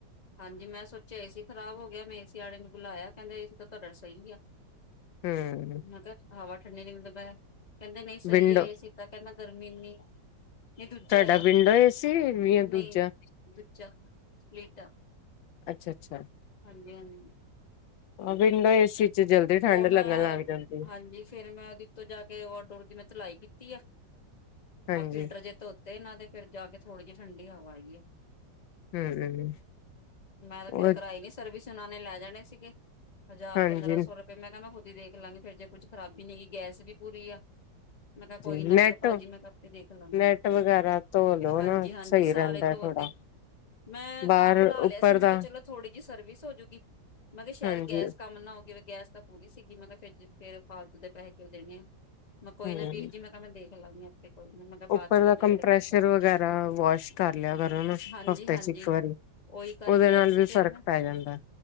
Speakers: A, on the left; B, on the left.
A: ਹਾਂਜੀ ਮੈਂ ਸੋਚਿਆ ਏ ਸੀ ਖਰਾਬ ਹੋ ਗਿਆ ਮੈਂ ਏ ਸੀ ਵਾਲੇ ਨੂੰ ਬੁਲਾਇਆ ਕਹਿੰਦਾ ਏ ਤਾਂ ਕਰ ਸਹੀ ਆ
B: ਹੂੰ
A: ਮੈਂ ਕਿਹਾ ਹਵਾ ਠੰਡੀ ਨ ਮ ਪ ਕਹਿੰਦੇ ਨਹੀਂ ਸਹੀ
B: ਵਿੰਡੋ
A: ਹੈ ਇਹ ਸੀ ਤਾਂ ਕਹਿੰਦਾ ਗਰਮੀ ਇੰਨੀ ਆ ਨਹੀਂ ਦੂਜਾ
B: ਤੁਹਾਡਾ
A: ਹੈਗਾ
B: ਵਿੰਡੋ ਏਸੀ ਜਾਂ ਦੂਜਾ
A: ਨਹੀਂ ਦੂਜਾ ਸਪਟ
B: ਅੱਛਾ ਅੱਛਾ
A: ਹਾਂਜੀ ਹਾਂਜੀ
B: ਵਿੰਡੋ ਏਸੀ ਚ ਜਲਦੀ ਠੰਢ
A: ਉਹ ਮੈਂ
B: ਲੱਗਣ ਲੱਗ ਜਾਂਦੀ।
A: ਹਾਂਜੀ ਫੇਿਰ ਮੈਂ ਉਹਦੇ ਉੱਤੋਂ ਜਾ ਕੇ ਓਡੋਰ ਦੀ ਮੈਂ ਚਲਾਈ ਕੀਤੀ <unintelligible> ਆਹ
B: ਹਾਂਜੀ
A: ਫਿਲਟਰ ਜੇ ਧੋਤੇ ਨਾ ਤੇ ਫਿਰ ਜਾ ਕੇ ਥੋੜੇ ਜਿਹੀ ਠੰਡੀਆਂ ਹਵਾਈ
B: ਹੂੰ
A: ਮੈਂ ਤੇ ਫੇਿਰ
B: ਉਹ
A: ਕਰਾਈ ਨੀ ਸਰਵਿਸ ਨੇ ਲੈ ਜਾਣੇ ਸੀਗੇ ਹਜ਼ਾਰ
B: ਹਾਂਜੀ-ਹਾਂਜੀ
A: ਪੰਦਰਾਂ ਸੌ ਰੁਪਏ ਮੈਂ ਕਿਹਾ ਮੈਂ ਖੁਦ ਹੀ ਦੇਖ ਲਾਂਗੀ ਫ਼ਿਰ ਜੇ ਕੁਝ ਖ਼ਬੀ ਨਹੀਂ ਗਗੀ ਗੈਸ ਵੀ ਪੂਰੀ ਆ ਮੈਂ ਕਿਹਾ ਕੋਈ
B: ਨੈਟ
A: ਨਾ ਮੈਂ ਕਿਹਾ ਭਾਜੀ ਮੈਂ ਕਰਕੇ ਦੇਖ ਲਾਂਗੀ
B: ਨੈਟ ਵਗੈਰਾ ਧੋ ਲੋ
A: ਹਾਂਜੀ
B: ਨਾ
A: ਹਾਂਜੀ
B: ਸਹੀ
A: ਸਾਰੇ
B: ਰਹਿੰਦਾ
A: ਧੋ
B: ਥੋੜਾ
A: ਤੇ ਮੈਂ
B: ਬਾਹਰ
A: ਤਾਂ ਬੁਲਾ ਲਿਆ
B: ਉੱਪਰ
A: ਸੀ ਮੈਂ
B: ਦਾ
A: ਕਿਹਾ ਚਲੋ ਥੋੜ੍ਹੀ ਜਿਹੀ ਸਰਵਿਸ ਹੋਜੂਗੀ ਮੈਂ ਕਿਹਾ ਸ਼ਾਇਦ
B: ਹਾਂਜੀ
A: ਗੈਸ ਕੰਮ ਨਾ ਹੋ ਗ ਗੈਸ ਤਾਂ ਪੂਰੀ ਸੀਗੀ ਮਤਲਬ ਫ ਫੇਿਰ ਫਾਲਤੂ ਦੇ ਪੈਸੇ ਉਹ ਦੇਣੇ ਆ ਮੈਂ ਕੋਈ
B: ਹੂੰ
A: ਨਾ ਵੀਰ ਜੀ ਮੈਂ ਕਿਹਾ ਮੈਂ ਦੇਖ <unintelligible> ਕਿਹਾ ਬਾਅਦ
B: ਉੱਪਰ
A: ਚ ਕੰਪਲੇਂਟ
B: ਦਾ ਕੰਪ੍ਰੈਸ਼ਰ
A: ਕਰ ਦਾਂਗੀ
B: ਵਗੈਰਾ ਵਾਸ਼ ਕਰ ਲਿਆ ਕਰੋ ਨਾ
A: ਹਾਂਜੀ
B: ਹਫ਼ਤੇ
A: ਹਾਂਜੀ
B: ਚ ਇੱਕ ਵਾਰੀ
A: ਉਹੀ ਕਰਕੇ
B: ਉਹਦੇ ਨਾਲ
A: ਆਈ ਸੀ
B: ਵੀ
A: ਫੇਰ
B: ਫ਼ਰਕ
A: ਮੈਂ
B: ਪੈ ਜਾਂਦਾ